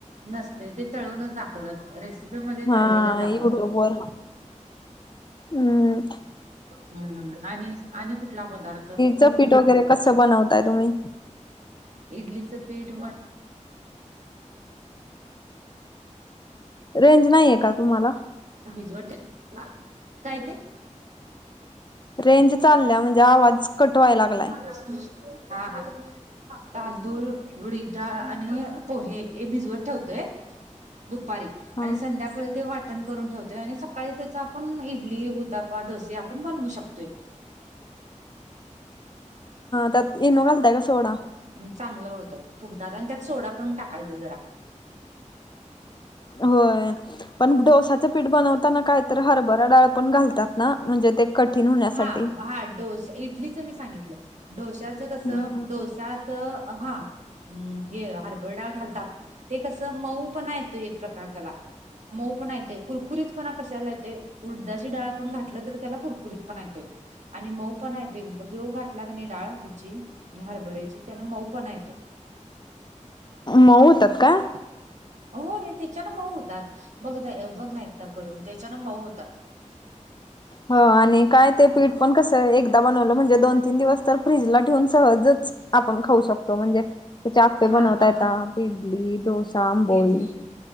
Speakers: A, on the right; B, on the left.
A: नसते ते तळूनच दाखवतात रेसिपीमध्ये
B: हा
A: तळलेलंच दाखवतात.
B: युट्यूब वर हम्म
A: ह आणि आणि कुठला पदार्थ.
B: चं पीठ वगैरे कसं बनवताय तुम्ही.
A: इडलीचं पीठ
B: रेंज नाहीये का तुम्हाला.
A: भिजवत ठेव काय ते.
B: रेंज चालल्या म्हणजे आवाज कट व्हायला लागलाय.
A: <unintelligible> <unintelligible> तांदूळ उडीद डाळ आणि पोहे हे भिजवत ठेवतोय. दुपारी
B: हा
A: आणि संध्याकाळी ते वाट करून ठेवतोय आणि सकाळी त्याचा आपण इडली उतापा डोसे आपण बनवू शकतोय.
B: त्यात इनो घालताय का सोडा.
A: अन चांगलं होतं फुगतात आणि त्यात सोडा पण टाकायचं जरा.
B: होय पण डोसाचं पीठ बनवताना काय. तर हरभरा डाळ पण घालतात ना म्हणजे ते. कठीण होण्यासाठी
A: हा हा डोश इडलीचं मी सांगितलं डोश्याचं कस
B: हम्म
A: डोसा. त हा हे हरभरा डाळ घालतात. ते कसं मऊ पण ये तो एक प्रकार त्याला. मऊ पण येते कुरकुरीत पण कशाला येते उडदाची डाळ पण घातलं तर त्याला. कुरकुरीत पणा येतोय. आणि मऊ पणा येतोय ह्यो घाातला क नाही डाळ ह्याची हरभऱ्याची त्यान मऊ पण येत.
B: मऊ होतात काय.
A: होय त्याच्यान मऊ होतात बघ द बघ ना एकदा करून त्याच्यान मऊ होतात.
B: हो आणि काय ते पीठ पण कसं एकदा बनवलं म्हणजे दोन तीन दिवस तर फ्रीजला ठेऊून सहजच. आपण खाऊ शकतो म्हणजे त्याचे आपे
A: हा
B: बनवता
A: आपण
B: येत ते इडली डोसा आंबोळी.
A: इडली